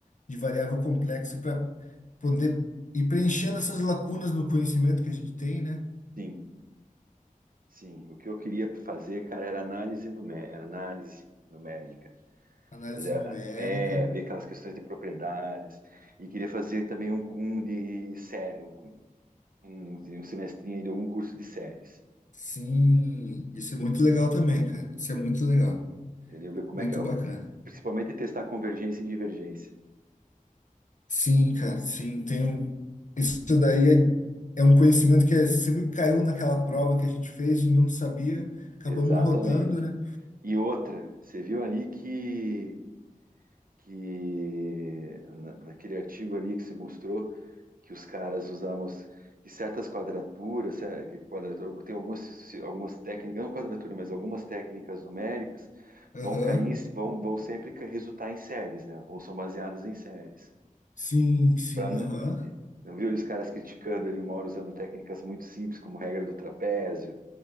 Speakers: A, on the left; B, on the right.
A: de variável complexa para poder ir preenchendo essas lacunas no conhecimento que a gente tem, né?
B: Sim, sim. O que eu queria fazer, cara, era análise numérica, era análise numérica.
A: Análise
B: Fazer,
A: numérica.
B: a- é, ver aquelas questões de propriedades. E queria fazer também um, um de série, um, um, um semestrinho aí de algum curso de séries.
A: Sim, isso é muito legal também, cara. Isso é muito legal.
B: Entendeu? Ver como
A: Muito
B: é que é. o-
A: bacana.
B: Principalmente testar convergência e divergência.
A: Sim, cara, sim, tem um... Isso daí é, é um conhecimento que é, sempre caiu naquela prova que a gente fez e não sabia, acabamos
B: Exatamente.
A: rodando, né?
B: E outra, você viu ali que que na- naquele artigo ali que se mostrou que os caras usavam as- que certas quadraturas, cer- que quadratura, tem algumas, se- algumas técnicas, não quadratura, mas algumas técnicas numéricas
A: Aham,
B: vão cair, em- vão, vão sempre ca- resultar em séries, né? Ou são baseadas em séries.
A: Sim, sim,
B: Pra,
A: aham.
B: não viu ali os caras criticando ali uma hora usando técnicas muito simples, como regra do trapézio,